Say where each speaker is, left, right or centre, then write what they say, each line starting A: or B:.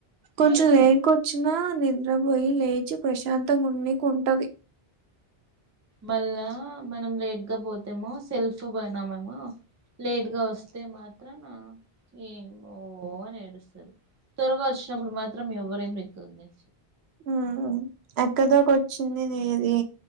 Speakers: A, on the right; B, on the right.
A: కొంచం
B: మళ్ళా త-
A: లేక వచ్చిన, నిద్రపోయి లేచి ప్రశాంతంగా ఉండింకి ఉంంటది,
B: మల్ల మనం లేట్, రాకపోతేమో సెల్ఫ్ పోయినామేమో లేట్ గా వస్తే మాత్రం ఏమో అని ఏడుస్తారు, త్వరగా వచ్చినప్పుడు మాత్రం ఎవ్వరు ఏం రికారులే.
A: ఉహు ఎక్కడ దాకొచ్చ, చిన్నదే అది